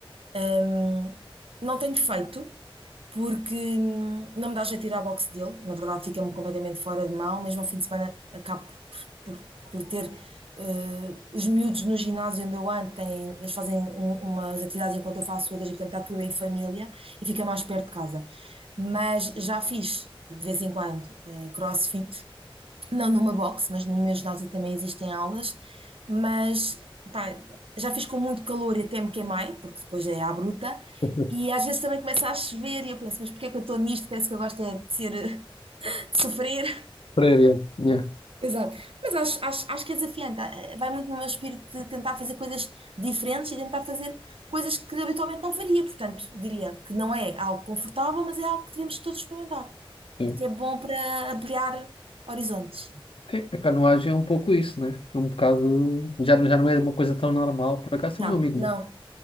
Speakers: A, on the right; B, on the left.
A: Hum, não tenho feito, porque hum, não me dá jeito de ir à boxe dele. Na verdade, fica-me completamente fora de mão. Mesmo ao fim de semana, acabo por, por- por ter. eh, os miúdos no ginásio onde eu ando têm, eles fazem um- umas atividades enquanto eu faço outras, e portanto está tudo em família e fica mais perto de casa. Mas já fiz de vez em quando eh, CrossFit, não numa box, mas no meu ginásio também existem aulas, mas pá, já fiz com muito calor e até me queimei, porque depois é à bruta,
B: <laughs>
A: e às vezes também começa a chover e eu penso, mas porquê é que eu estou nisto? Penso que eu gosto é de ser, eh, <laughs> de sofrer.
B: Creio, yeah.
A: Exato, mas acho, acho, acho que é desafiante, Ah, ah, vai muito no meu espírito de tentar fazer coisas diferentes e tentar fazer coisas que habitualmente não faria, portanto, diria que não é algo confortável, mas é algo que devemos todos experimentar
B: Sim.
A: e que é bom para ampliar horizontes.
B: É, A canoagem é um pouco isso, né? É um bocado. Já, já não é uma coisa tão normal. Por acaso
A: Não,
B: tenho um amigo
A: não,
B: meu